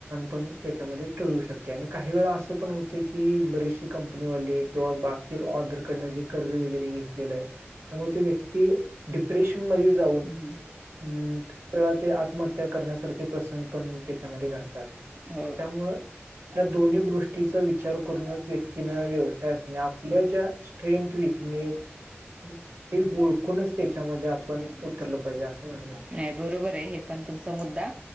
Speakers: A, on the right; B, on the right.
A: पण होणार काही वेळा असं पण होते की बरेचसे वाले केंवा बाकीर ऑर्र जे कर्ज वगैरे घेतलेले आहे त्यामुळे ते व्यक्ती डिप्रेशन मध्ये जाऊन.
B: हम्म
A: हम् त्या वेळा ते आत्महत्या करण्यासारखे प्रसंग पण त्याच्यामध्ये घडतात
B: हो हम्म
A: त्यामुळं या दोन्ही गोष्टीचा विचार करूनच व्यक्तीन व्यवसाय अस आपल्या ज्या स्ट्रेथ विकनेस हे ओळखूनच त्याच्यामध्ये आपण
B: हम्म
A: आपण <inaudible>
B: नाही बरोबर आहे हे पण तुमचा मुद्दा.